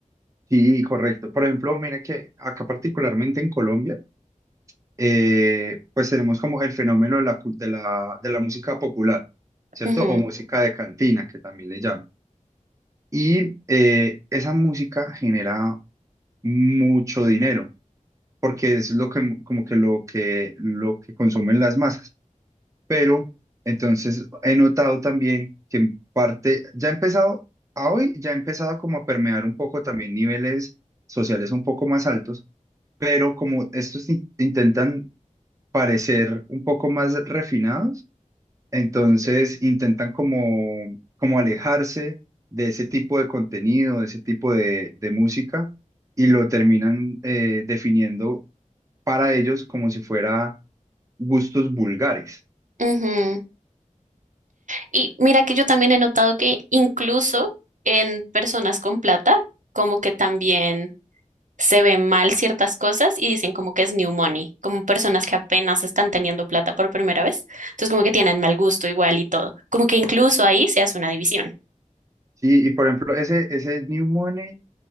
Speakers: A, on the right; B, on the right.
A: Sí, correcto. Por ejemplo, mire que acá particularmente en Colombia, eh, pues tenemos como el fenómeno de la, cul- de la, de la música popular, ¿cierto?
B: Ujú,
A: O música de cantina, que también le llaman. Y eh, esa música genera mucho dinero, porque es lo que, como que lo que, lo que consumen las masas. Pero entonces he notado también que en parte, ya ha empezado, a hoy ya ha empezado como a permear un poco también niveles sociales un poco más altos, pero como estos in- intentan parecer un poco más refinados entonces intentan como, como alejarse de ese tipo de contenido, de ese tipo de, de música, y lo terminan eh, definiendo para ellos como si fuera gustos vulgares.
B: ujú. Y mira que yo también he notado que incluso en personas con plata, como que también se ven mal ciertas cosas y dicen como que es new money, como personas que apenas están teniendo plata por primera vez. Entonces como que tienen mal gusto igual y todo. Como que incluso ahí se hace una división.
A: Sí, y por ejemplo, ese, ese New Money